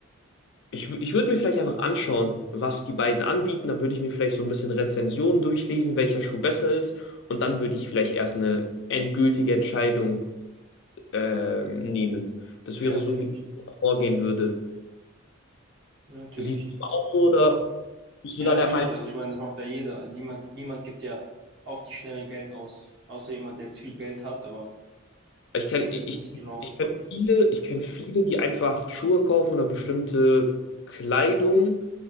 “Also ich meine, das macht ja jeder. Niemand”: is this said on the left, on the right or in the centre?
Right